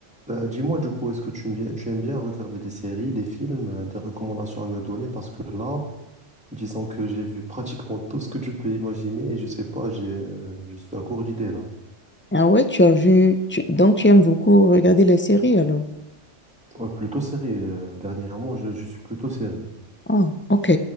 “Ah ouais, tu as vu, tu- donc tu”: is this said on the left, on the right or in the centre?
Left